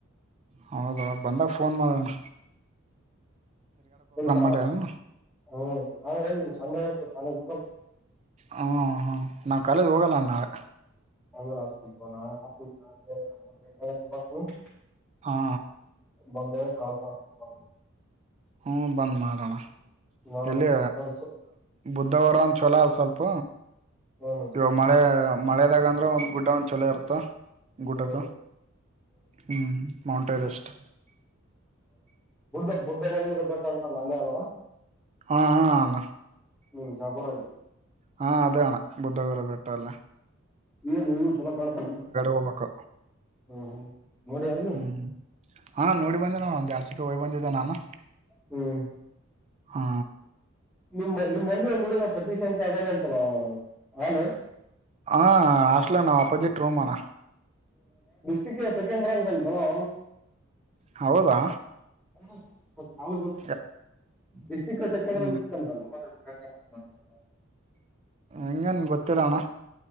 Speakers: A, on the right; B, in the centre.
A: ಹೌದಾ ಬಂದಾಗ ಫೋನ್ ಮಾಡಣ್ಣ
B: ಹ್ಮ ಬಾ <unintelligible>
A: ಮಾಡ್ರಿ ಅಣ್ಣ
B: ಹ್ಮ್ ನಾಳೆ ಸಂಡೆ ಇರ್ಬೆಕು ಹಲೋ ಗೂಗಲ್
A: ಹ್ಮ ಹ್ಮ ನಾವ್ ಕಾಲೇಜ್ ಹೋಗಲ್ಲ ನಾಳೆ
B: ಅಂದ್ರ ಅತಿ ನಾಳೆ ಬರ್ ನಳೆತ್ ಗಂ ಬರ್
A: ಹಾ
B: ಬಂದ ಕಲ್ ಮಾಡ್ತಿನಿ ಬಾ
A: ಹ್ಮ ಬಂದ್ ಮಾಡಾಣ
B: ನೋಡಮ್
A: ಎಲ್ಲಿ
B: ಕೊರ್ಸು
A: ಬುದ್ದವಾರ ಅನ್ ಚಲೋ ಅ ಸ್ವಲ್ಪ
B: ಹ್ಮ್
A: ಲೋ ಮಳೆಯ ಮಳೆದಾಗ ಅಂದ್ರೆ ಒಂದ್ ಗುಡ್ಡ ಒಂದ್ ಚಲೋ ಇರುತ್ತ ಗುಟಕ
B: ಹ್ಮ್ ಹ್ಮ್
A: ಹ್ಮ್ ಮಾೌಂಟ್ ಎವಸ್ಟ್
B: ಬುದ್ಧ ಬುದ್ಧ ಬನ ಬೆಟ್ಟ ಅಂತಲ್ಲ ಅಲ್ಲಿ ಆದದವ
A: ಹಾ ಅಣ
B: ನಿಮ್ಷಪರ <unintelligible>
A: ಹಾ ಅದೇಅಣ್ಣ ಬುದ್ಧಗರಬೆಟ್ಟ ಅಲ್ಲೇ
B: ವನು ಇವು ಚಲೋ ಕಾಣ್ತ ಹ
A: ಹೋಗ್ಬೇಕು
B: ಹ್ಮ ನೋಡಿ ಯಾರನು
A: ಹ್ಮ್ ಹ್ಮ್ ಹಾ ನೋಡಿ ಬಂದ ನ ಒಂದೆರಡು ಸತಿ ಹೋಗಿ ಬಂದಿದ್ದ ನಾನು
B: ಹ್ಮ್
A: ಹಾ
B: ನಿಮ್ ನಿಮ್ಮಲ್ಲಿ ಒಂದ್ ಹುಡುಗ ಸತೀಶ್ ಅಂತ ಅದೇನ ಅಂತಲ್ಲ ಹಲೋ
A: ಹ ಹಾಸ್ಲ ನಮ್ ಅಪ್ಪಜಿಟ್ ರೋಮಾನಾ
B: ಚಿಕಿಯ ಸೆಕೆಂಡ್ ರಾಂಕ್ ಬಂತ ಹಾ
A: ಹೌದಾ
B: ಹ
A: ಯ-
B: <unintelligible>
A: ಹ್ಮ್
B: <unintelligible>
A: <inaudible> ಎಂಗೆನ್ ಗೊತ್ತಿಲಣ್ನ